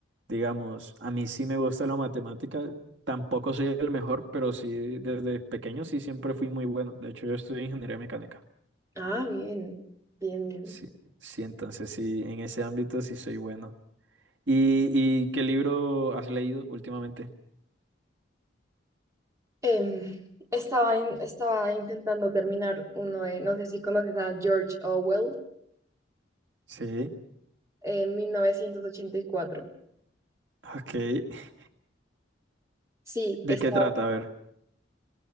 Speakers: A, on the right; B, on the right.
A: digamos, a mí sí me gusta la matemática, tampoco soy el mejor, pero sí, desde pequeño sí siempre fui muy bueno. De hecho, yo estudié ingeniería mecánica.
B: Ah, bien, bien, bien.
A: Sí, sí, entonces sí, en ese ámbito sí soy bueno. ¿Y, y qué libro has leído últimamente?
B: Em, estaba, in- estaba intentando terminar uno de, no sé si conoces a George Orwell,
A: Sí,
B: en mil novecientos ochenta y cuatro
A: ok. <laughs>
B: Sí,
A: ¿De
B: está.
A: qué trata? A ver.